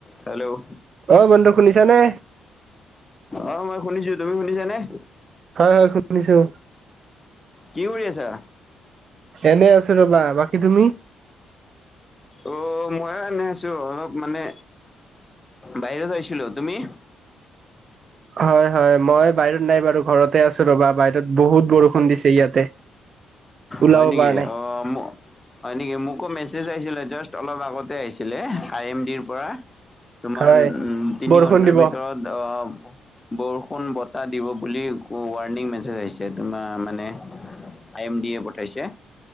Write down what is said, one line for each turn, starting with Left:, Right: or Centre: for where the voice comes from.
Left: Hello
Right: অ বন্ধু শুনিছা নে?
Left: অ মই শুনিছো। তুমি শুনিছানে?
Right: হয় হয় শুনিছো।
Left: কি কৰি আছা?
Right: এনেই আছো ৰবা। বাকী তুমি?
Left: অ মই এনে আছো অলপ মানে বাহিৰত আহিছিলো। তুমি?
Right: হয় হয়, মই বাহিৰত নাই বাৰু ঘৰতে আছো ৰ'বা বাহিৰত বহুত বৰষুণ দিছে ইয়াতে। <inaudible> ওলাব
Left: হয় নেকি
Right: পৰা নাই
Left: অ- হয় নেকি? মোকো মেছেজ আহিছিলে জাষ্ট অলপ আগতে আহিছিলে আই এম ডিৰ পৰা। তোমাৰ
Right: হয়
Left: উম তিনি
Right: বৰষুণ
Left: ঘন্টাৰ
Right: দিব
Left: ভিতৰত আহ, বৰষুণ বতাহ দিব বুলি ৱাৰ্ণিং মেছেজ আহিছে তোমাৰ মানে, আই এম ডি এ পঠাইছে।